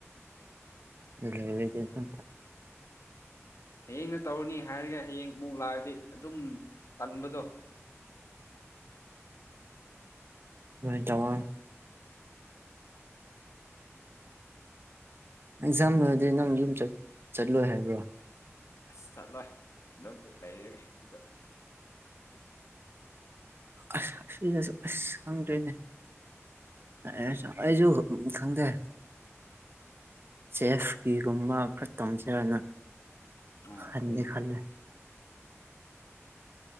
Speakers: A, on the right; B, on the left.
A: ꯂꯩꯔꯗꯤ ꯊ
B: ꯍꯌꯦꯡꯅ ꯇꯧꯔꯅꯤ ꯍꯥꯏꯔꯒ ꯍꯌꯦꯡ ꯑꯃꯨꯛ ꯂꯥꯛꯔꯗꯤ ꯑꯗꯨꯝ ꯇꯟꯕꯗꯣ
A: ꯑꯗꯨꯃꯥꯏꯟ ꯇꯧꯋꯥꯡ ꯑꯦꯛꯖꯥꯝ ꯂꯣꯏꯔꯗꯤ ꯅꯪ ꯌꯨꯝ ꯆꯠ ꯆꯠꯂꯣꯏ ꯍꯥꯏꯕ꯭ꯔꯣ
B: ꯑꯁ ꯆꯠꯂꯣꯏ ꯍꯟꯗꯛꯇꯤ ꯂꯩꯔꯒꯦ ꯁꯤꯗ
A: ꯑ ꯁꯤꯗꯁꯨ ꯑꯁ ꯈꯪꯗ꯭ꯔꯤꯅꯦ ꯑ ꯑꯩꯁꯨ ꯈꯪꯗꯦ ꯆꯦꯐꯀꯤꯒꯨꯝꯕ ꯈꯔ ꯇꯝꯁꯤꯔꯅ
B: ꯑꯣ
A: ꯈꯟꯗꯤ
B: ꯑꯗꯨꯅ
A: ꯈꯜꯂꯦ